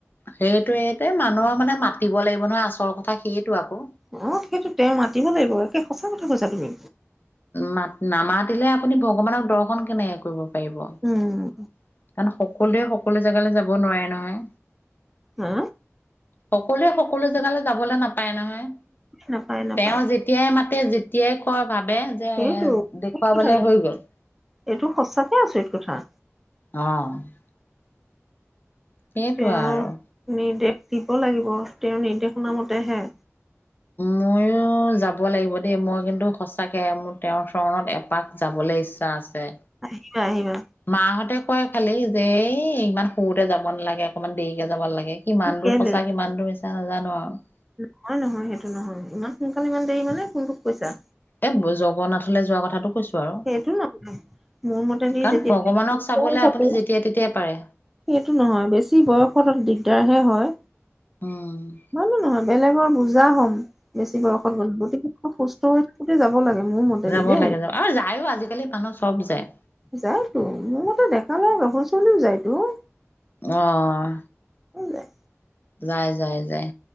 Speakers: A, on the left; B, in the centre.
A: সেইটোৱে তে মানুহক মানে মাতিব লাগিব নহয় আচল কথা সেইটো আকৌ
B: অ', সেইটো তেওঁ মাতিব লাগিব একে সঁচা কথা কৈছা তুমি।
A: মাত নামাতিলে আপুনি ভগৱানক দৰ্শন কেনেকে কৰিব। পাৰিব কাৰণ
B: উম,
A: সকলোৱে সকলো জেগালৈ যাব নোৱাৰে নহয়।
B: হা
A: সকলোৱে সকলো জেগালৈ যাবলৈ নাপায় নহয়
B: নাপায়, নাপায়
A: তেওঁ যে তেতিয়াই মাতে যেতিয়াই কৈ ভাৱে যে
B: সেইটো
A: দেখুৱাবলে
B: সেইটো কথা
A: হৈ গ'ল।
B: এইটো সঁচাকে আচৰিত কথা।
A: অ'। সেইটোৱে
B: তেওঁৰ
A: আৰু
B: নিৰ্দেশ দিব লাগিব তেওঁৰ নিৰ্দেশনা মতেহে
A: ময়ো ও যাব লাগিব দেই মই কিন্তু সঁচাকে মোৰ তেওঁৰ চৰণত এপাক যাবলৈ ইচ্ছা আছে।
B: আহিবা আহিবা।
A: মাহঁতে কয় খালি যে এই ইমান সৰুতে যাব নালাগে অকমান দেৰিকে যাব লাগে কিমান
B: কেলে
A: দূৰ সঁচা কিমান দূৰ মিছা নাজানো আৰু।
B: নহয় নহয় সেইটো নহয়, ইমান সোনকালে ইমান দেৰি মানে কোনটোক কৈছা?
A: এ জগন্নাথলৈ যোৱা কথাটো কৈছো। আৰু,
B: সেইটো নহয় মোৰ মতেদি
A: কাৰণ
B: যেতিয়া
A: ভগৱানক চাবলে
B: হৈ থাকে
A: আপুনি যেতিয়াই তেতিয়াই পাৰে।
B: সেইটো নহয় বেছি বয়সত অলপ দিগদাৰহে হয়।
A: উম
B: হয় নে নহয়, বেলেগৰ বুজা হম। বেছি বয়সত গ'লো, গতিকে সুস্থ হৈ থাকোতে যাব লাগে মোৰ মতেদি
A: যাব
B: দেই।
A: লাগে যাব আৰু যায়ও আজিকালি মানুহ চব যায়।
B: যাইতো মোৰ মতে ডেকা ল'ৰা গাভৰু ছোৱালীও যাইতো।
A: অহ
B: যায়
A: যাই যাই যাই,